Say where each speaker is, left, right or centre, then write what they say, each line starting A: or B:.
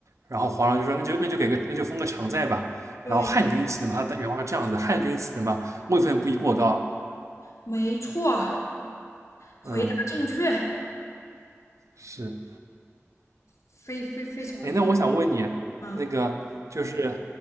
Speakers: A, on the right (about 80°); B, on the left (about 75°).
A: 然后皇上就说那就那就给个那就封个常在吧。
B: 对，
A: 然后汉军旗的嘛，他原话是这样子，汉军旗的嘛，位分不宜过高。
B: 没错，回答正确，
A: 嗯，是。
B: 非非非常你
A: 哎，那我想问你，
B: 啊！
A: 那个就是